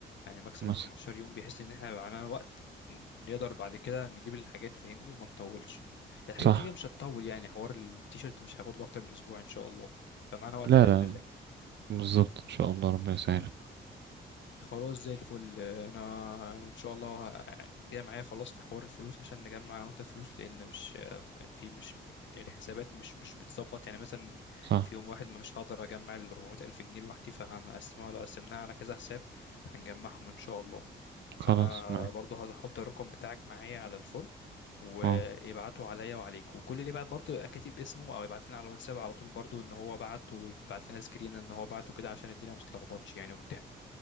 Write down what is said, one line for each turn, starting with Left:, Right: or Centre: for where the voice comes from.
Left: يعني ماكسيمم
Right: بس
Left: 15 يوم بحيث ان احنا يبقى معانا وقت ن- نقدر بعد كده نجيب الحاجات فاهمني وما نطولش الحاجات
Right: صح
Left: كده مش هتطول يعني حوار التيشيرت مش هياخد له اكتر من اسبوع ان شاء الله فمعانا وقت
Right: لا
Left: باذن
Right: لا
Left: الله
Right: بالظبط ان شاء الله ربنا يسهلك
Left: خلاص زي الفل انا ان شاء الله ه- جاي معايا خلاص في حوار الفلوس عشان نجمع انا وانت فلوس لان مش في مش الحسابات مش مش بتظبط يعني مثلا
Right: صح
Left: في يوم واحد ما مش هقدر اجمع ال 400 الف جنيه لوحدي فهنقسمها لو قسمناها على كذا حساب هنجمعهم ان شاء الله فانا
Right: خلاص معاك
Left: برضو هحط الرقم بتاعك معايا على الفورم ويبعتوا
Right: اه
Left: عليا وعليك وكل اللي يبعت برضو يبقى كاتب اسمه او يبعت لنا على الواتساب على طول برضو ان هو بعت ويبعت لنا سكرين ان هو بعت وكده عشان الدنيا ما تتلخبطش يعني وبتاع